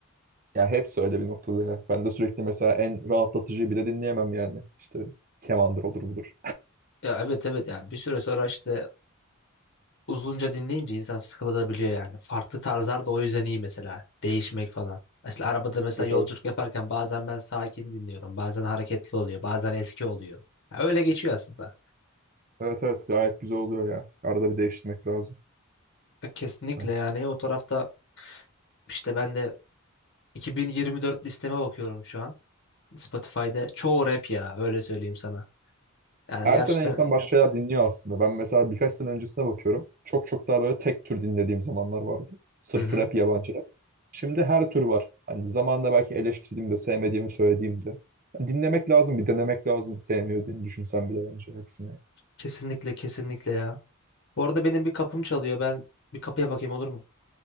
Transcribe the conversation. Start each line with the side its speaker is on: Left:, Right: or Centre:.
Right: Ya hepsi öyle bir noktada ya. Ben de sürekli mesela en rahatlatıcı bile dinleyemem yani. İşte kemandır odur budur.
Left: Ya evet evet yani bir süre sonra işte uzunca dinleyince insan sıkılabiliyor yani. Farklı tarzlar da o yüzden iyi mesela. Değişmek falan. Mesela arabada mesela
Right: Evet
Left: yolculuk
Right: evet.
Left: yaparken bazen ben sakin dinliyorum. Bazen hareketli oluyor. Bazen eski oluyor. Ya öyle geçiyor aslında.
Right: Evet evet gayet güzel oluyor ya. Arada bir değiştirmek lazım.
Left: Ya kesinlikle
Right: Yani
Left: yani o tarafta işte ben de 2024 listeme bakıyorum şu an. Spotify'da çoğu rap ya öyle söyleyeyim sana. Yani
Right: Her
Left: gerçekten
Right: sene insan başka şeyler dinliyor aslında. Ben mesela birkaç sene öncesine bakıyorum. Çok çok daha böyle tek tür dinlediğim zamanlar vardı. Sırf
Left: Hı hı.
Right: rap, yabancı rap. Şimdi her tür var. Hani zamanında belki eleştirdiğimde, sevmediğimi söylediğimde. Yani Dinlemek lazım, bir denemek lazım. Sevmiyor diye düşünsen bile bence hepsini.
Left: kesinlikle kesinlikle ya. Bu arada benim bir kapım çalıyor. Ben bir kapıya bakayım olur mu?